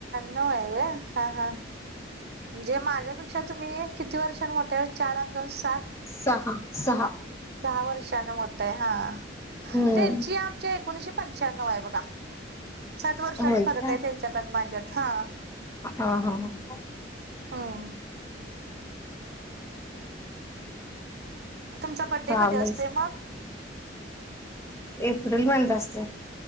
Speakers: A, on the right; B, on the left.
A: नऊ हे व्हय जे माझ्या पेक्षा तुम्ही किती वर्षां मोठे चार आणि दोस.
B: सहा सहा.
A: सहा वर्षाने मोठे आहे हा
B: हम्म
A: त्यांची आमच्या एकोणीशे पंच्याण्णव आहे बघा सात वर्षाचा
B: होय
A: फरक
B: का?
A: आहे त्यांच्यात आणि माझ्यात हा.
B: हा हा हा.
A: हो. तुमचा बड्डे
B: चालेच
A: कधी असतोय मग
B: एप्रिल मंध असते.